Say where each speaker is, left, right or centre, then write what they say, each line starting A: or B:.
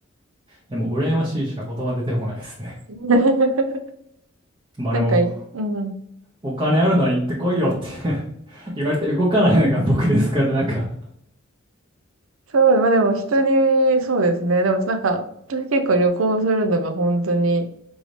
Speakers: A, on the right; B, on the right.
A: やもう羨ましいしか言葉出てこないですね。
B: <laughs>
A: まあでも、
B: なんかい、うんうん。
A: お金あるなら行ってこいよって <laughs> 言われて動かないのが僕ですから、なんか、
B: そう、まあでも一人、そうですね。でもなんか、私結構旅行するのが本当に